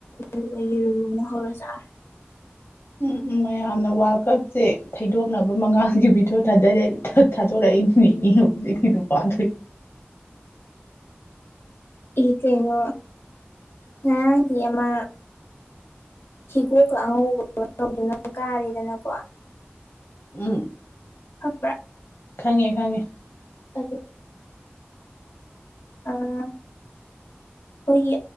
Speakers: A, on the left; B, on the left.
A: ꯑꯗꯨꯒ ꯌꯦꯔꯨꯝ ꯑꯃ ꯍꯧꯔ ꯆꯥꯔꯦ
B: ꯎꯝ ꯃꯌꯥꯝꯅ ꯃꯉꯥꯜ ꯀꯞꯁꯦ ꯊꯩꯗꯣꯛꯅꯕ ꯃꯉꯥꯒꯤ ꯚꯤꯗꯤꯑꯣ ꯊꯥꯗꯔꯛꯦ ꯊꯥꯗꯣꯔꯛꯏ ꯏꯍ ꯄꯥꯊꯣꯏ
A: ꯎ ꯏ ꯀꯩꯅꯣ ꯀ ꯑꯃ ꯍꯤꯒꯣꯛꯀ ꯑꯉꯧꯕꯒ ꯇꯧꯗꯨꯅ ꯀꯥꯔꯤꯗꯅꯀꯣ
B: ꯎꯝ
A: ꯍꯄ
B: ꯈꯪꯉꯦ ꯈꯪꯉꯦ
A: ꯑꯗꯨ ꯑꯩꯈꯣꯏꯒꯤ